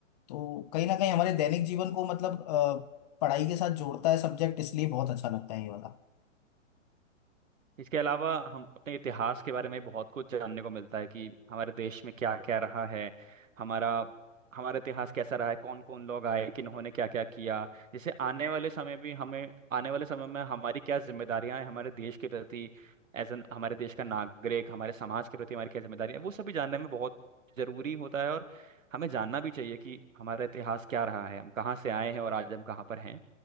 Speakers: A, on the left; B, on the right.
A: तो कहीं ना कहीं हमारे दैनिक जीवन को मतलब अ, पढ़ाई के साथ जोड़ता है सब्जेक्ट इसलिए बहुत अच्छा लगता है ये वाला
B: इसके अलावा हम अपने इतिहास के बारे में बहुत कुछ जानने को मिलता है कि हमारे देश में क्या क्या रहा है हमारा हमारा इतिहास कैसा रहा है कौन कौन लोग आए किन्होंने क्या क्या किया जैसे आने वाले समय भी हमें आने वाले समय में हमारी क्या जिम्मेदारियां हैं हमारे देश के प्रति एज एन हमारे देश का नागरिक हमारे समाज के प्रति हमारी क्या जिम्मेदारियां हैं, वो सभी जानने में बहुत जरूरी होता है और हमें जानना भी चाहिए कि हमारा इतिहास क्या रहा है हम कहाँ से आए हैं और आज हम कहाँ पर हैं